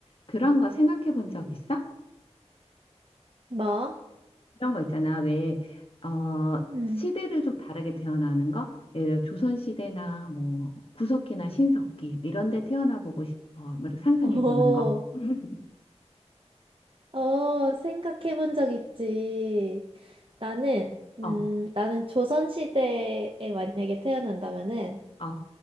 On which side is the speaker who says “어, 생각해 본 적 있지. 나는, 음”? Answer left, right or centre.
Right